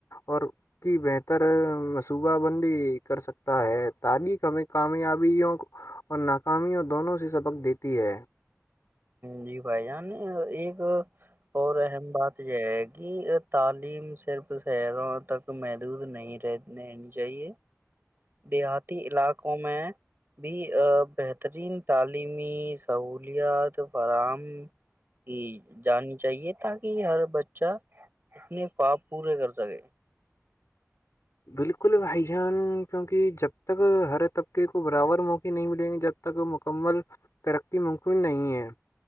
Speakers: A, on the left; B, on the right.
A: اور کی بہتر منصوبہ بندی کر سکتا ہے تلیخ کامیابیوں اور ناکامیوں دونوں سے سبق دیتی ہے
B: جی بھائی جان ایک اور اہم بات یہ ہے کہ تعلیم صرف شہروں تک محدود نہیں رہ رہنی چاہیے دیہاتی علاقوں میں بھی بہترین تعلیمی سہولیات فراہم کی جانی چاہیے تاکہ ہر بچہ اپنے خواب پورے کر سکے
A: بالکل حھائی جان کیونکہ جب تک ہر طبقے کو برابر موقع نہیں ملیں گے جب تک مکمل ترقی مممن نہیں ہے